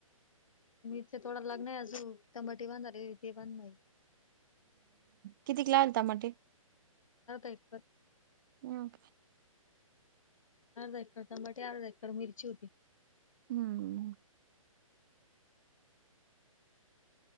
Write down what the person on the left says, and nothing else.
मी ते थोडं लग्न आहे अजून त्या मटी बांधाले. ते बांधणार
लावतय खत,
अर्धा एकर टमाटे, अर्धा एकर मिरची होती.